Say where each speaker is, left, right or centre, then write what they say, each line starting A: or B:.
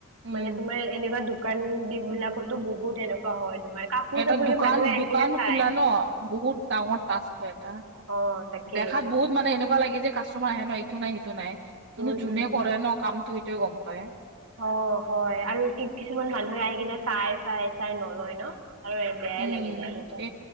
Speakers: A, on the right; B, on the right.
A: উম
B: মানে তোমাৰ এনেকুৱা দোকান দি বিলাকতো বহুত এনেকুৱা হয় তোমাৰ কাপোৰ
A: এটা
B: চাপোৰ
A: দোকান-দোকান
B: যে মানুহে আহি কিনে চাই
A: খোলা ন' বহুত ডাঙৰ টাক্স হয় এটা।
B: অ তাকেই
A: দেখাত
B: সেইটোতো
A: বহুত মানে এনে এনেকুৱা লাগে যে কাষ্টমাৰ আহে ন' এইটো নাই সিটো নাই কিন্তু
B: উম
A: যোনে
B: উম
A: কৰে ন' কামটো সেইটোৱে গম পায়।
B: অ' হয় আৰু কি কিছুমান মানুহে আহি কিনে চাই-চাই-চাই নলয় ন' আৰু বেয়াই
A: উম
B: লাগি যায় সেনেকুৱা
A: এ